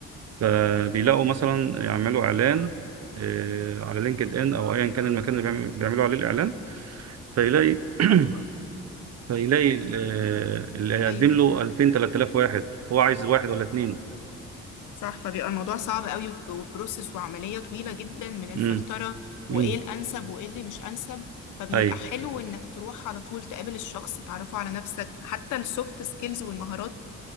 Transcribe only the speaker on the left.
ايوه
صح فبيبقى الموضوع صعب قوي وب- وبروسس وعملية طويلة جدا من الفلترة
وايه
الانسب وايه اللي مش انسب فبيبقى
حلو انك تروح على طول تقابل الشخص تعرفه على نفسك حتى السوفت سكيلز والمهارات